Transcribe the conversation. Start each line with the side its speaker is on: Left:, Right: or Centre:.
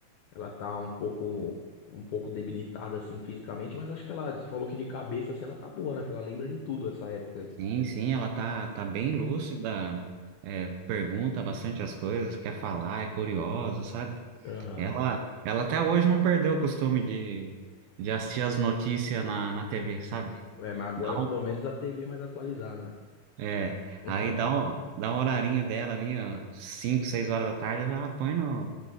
Left: ela tá um pouco, um pouco debilitada assim fisicamente, mas acho que ela, você falou que de cabeça assim ela tá boa, né? Que ela lembra de tudo essa época aí.
Right: Sim, sim, ela tá, tá bem lúcida, é, pergunta bastante as coisas, quer falar, é curiosa, sabe?
Left: Aham.
Right: Ela, ela até hoje não perdeu o costume de, de assistir as notícias na, na TV, sabe?
Left: É, mas agora
Right: Dá
Left: pelo
Right: um-
Left: menos a TV é mais atualizada, né?
Right: é,
Left: <laughs>
Right: aí dá, um- dá um horarinho dela ali, ó, 5, 6 horas da tarde, ela põe, no,